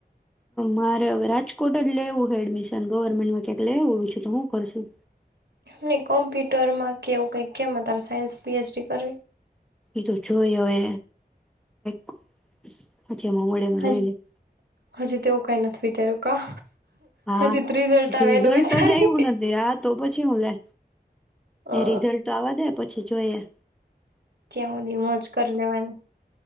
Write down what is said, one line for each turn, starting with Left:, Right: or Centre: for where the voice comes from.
Centre: મારે હવે રાજકોટ જ લેવું હ એડમિશન ગવર્મેન્ટમાં ક્યાંક લે એ પછું તો હું કરશું.
Right: ની કોમ્પ્યુટરમાં કેવું કઈક કેમ અ તારે સાયન્સ પી એચ ડી કરવી
Centre: એ તો જોયે હવે કાઈક જેમાં મળે એમાં
Right: હજી
Centre: લઈ
Right: હજી તેવું કઈ નથી વિચાર્યું કા
Centre: હા
Right: હજી
Centre: રિઝલ્ટ
Right: આવે એનું વિચારી
Centre: જ આવું નથી આ તો પછી હું લે
Right: અ
Centre: એ રિઝલ્ટ આવા દે પછી જોયે
Right: ત્યાં હુધી મોજ કર લેવાની